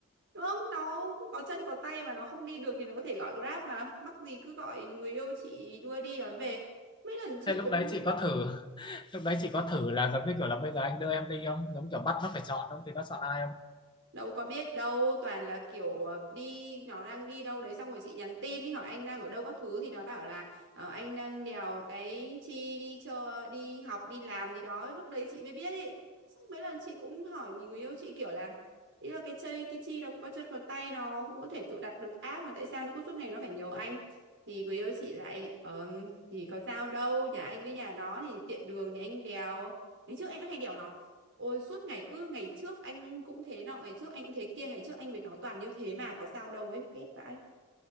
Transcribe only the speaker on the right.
Đúng Không, nó có chân có tay mà nó không đi được thì nó có thể gọi Grab mà. Mắc gì cứ gọi người yêu chị đưa đi đón về. Mấy lần chị
cũng
đâu có biết đâu toàn là kiểu ờ, đi nó đang đi đâu đấy xong rồi chị nhắn tin đi hỏi anh đang ở đâu các thứ thì nó bảo là ờ, anh đang đèo cái chi đi chơi đi học đi làm gì đó lúc đấy chị mới biết ý xong mấy lần chị cũng hỏi người yêu chị kiểu là ý là cái chơi cái chi nó cũng có chân có tay nó cũng có thể tự đặt được app mà tại sao nó cứ suốt ngày nó phải nhờ anh thì người yêu chị lại ờ, thì có sao đâu nhà anh với nhà nó thì tiện đường thì anh đèo ngày trước anh cũng hay đèo nó Ôi suốt ngày cứ ngày trước anh cũng thế nọ ngày trước anh cũng thế kia ngày trước anh với nó toàn như thế mà có sao đâu ấy ghét vãi